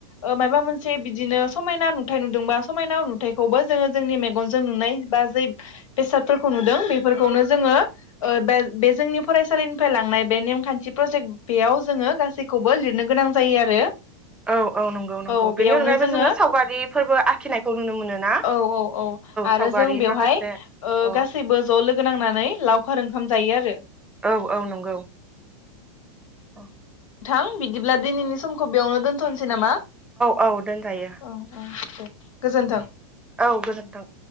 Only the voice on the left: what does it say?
ओ मायबा मोनसे बिदिनो समायना नुथाय नुदोंबा समायना नुथायखौबो जोङो जोंनि मेगनजों नुनाय बा जै बेसादफोरखौ नुदों बेफोरखौनो जोङो ओ बेलट बे जोंनि <unintelligible> निफ्राय लांनाय बे नेमखान्थि प्रजेक्ट बेयाव जोङो गासैखौबो लिरनो गोनां जायो आरो
औ बेयावनो
जोङो
औ औ औ आरो
जों बेवहाय
ओ
गासैबो ज' लोगो नांनानै लावखार ओं ओंखाम जायो आरो
थां बिदिब्ला दिनैनि समखौ बेयावनो दोनथ'नोसै नामा
औ औ दे। गोजोन्थों।